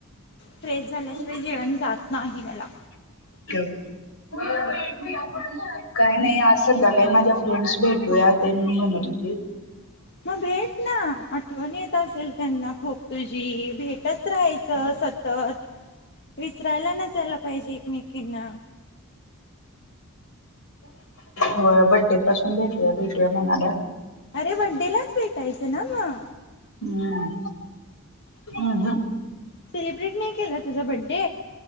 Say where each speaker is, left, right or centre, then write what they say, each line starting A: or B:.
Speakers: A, on the left; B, on the left.
A: फ्रेश झाल्याशिवाय
B: ओके
A: जेवण जात नाही मला.
B: <inaudible> काय नाही आज संध्याकाळी माझ्या फ्रेंड्स भेटूया तेन म्हणत होतीत.
A: मग भेट ना. आठवण येत असेल त्यांना खूप तुझी भेटत राहायचं सतत. विसरायला नसायला पाहिजे एकमेकींना
B: होय, बड्डे पासून भेटूया, भेटूया म्हणाल्यात.
A: अरे, बड्डेलाच भेटायचं ना म?
B: हम्म. अ हं.
A: सेलिब्रेट नाही केला तुझा बड्डे?